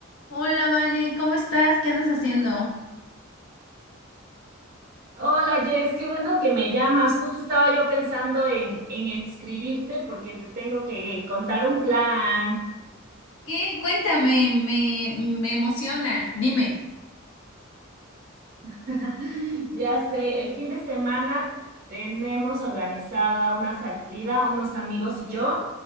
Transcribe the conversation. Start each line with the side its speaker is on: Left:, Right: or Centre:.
Left: Hola, Vane, ¿cómo estás? ¿Qué andas haciendo?
Right: Hola Jess, qué bueno que me llamas. Justo estaba yo pensando en, en escribirte porque te tengo que contar un plan.
Left: ¿Qué? Cuéntame, me, me emociona. Dime.
Right: <laughs> Ya sé, el fin de semana tenemos organizada una salida, unos amigos y yo.